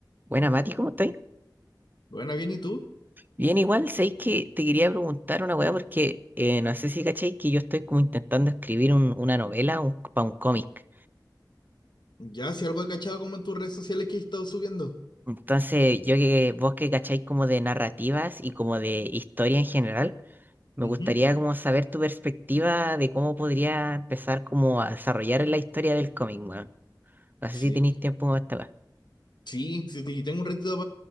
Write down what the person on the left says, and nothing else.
Bueno, bien, ¿y tú?
Ya, si algo he cachado como en tus redes sociales que he estado subiendo.
Ujú,
Sí,
sí, sí, te- tengo un ratito